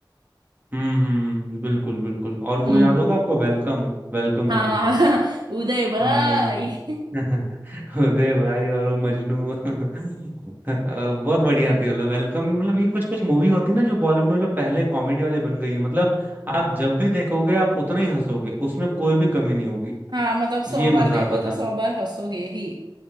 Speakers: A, on the right (about 25°); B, on the right (about 60°).
A: हम्म हम्म बिल्कुल बिल्कुल और वो
B: हम्म
A: याद होगा आपको वेलकम वेलकम
B: हाँ
A: मूवी
B: <laughs> उदय
A: हम्म
B: भाई
A: <laughs> उदय भाई और वो मजनू <laughs> अ, बहुत बढ़िया थी मतलब वेलकम मतलब ये कुछ कुछ मूवी होती है ना जो बॉलीवुड में जो पहले कॉमेडी वाली बन गई है मतलब आप जब भी देखोगे आप उतना ही हंसोगे उसमें कोई भी कमी नहीं होगी
B: हाँ मतलब सौ
A: ये
B: बार
A: मजा
B: देखो
A: आता था
B: तो सौ बार हंसोगे ही